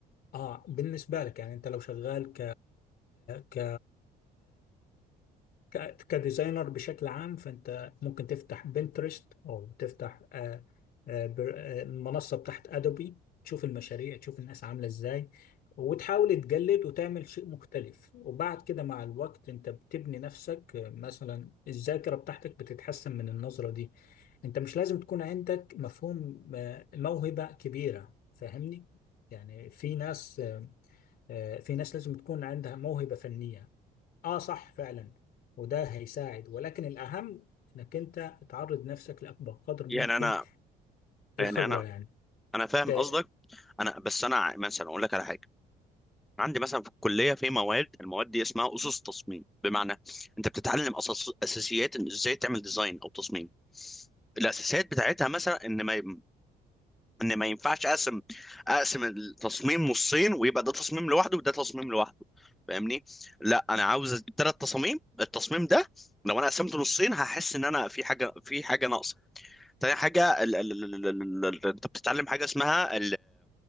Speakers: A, on the left; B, in the centre.
A: اه بالنسبة لك يعني انت لو شغال ك ك- كديزاينر بشكل عام فانت ممكن تفتح بنترست او تفتح آه، آه، بر- آه، منصه بتاعت ادوبي تشوف المشاريع تشوف الناس عامله ازاي وتحاول تجلد وتعمل شيء مختلف وبعد كده مع الوقت انت بتبني نفسك آه، مثلا الذاكره بتاعتك بتتحسن من النظره دي انت مش لازم تكون عندك مفهوم آه، موهبه كبيره فاهمني يعني في ناس آه، آه، في ناس لازم تكون عندها موهبه فنيه اه صح فعلا وده هيساعد ولكن الأهم انك انت تعرض نفسك لأكبر قدر ممكن
B: يعني انا يعني
A: الخبرة
B: انا
A: يعني
B: انا فاهم
A: ت-
B: قصدك انا بس انا ع- مثلا اقول لك على حاجه عندي مثلا في الكليه في مواد المواد دي اسمها اسس تصميم بمعنى انت بتتعلم أساس اساسيات ان ازاي تعمل ديزاين او تصميم الاساسيات بتاعتها مثلا ان ما ان ما ينفعش اقسم اقسم التصميم نصين ويبقى ده تصميم لوحده وده تصميم لوحده فاهمني لا انا عاوز اجيب ثلاث تصاميم التصميم ده لو انا قسمته نصين هحس ان انا في حاجه في حاجه ناقصه تاني حاجه ال ال ال ال ال ال انت بتتعلم حاجه اسمها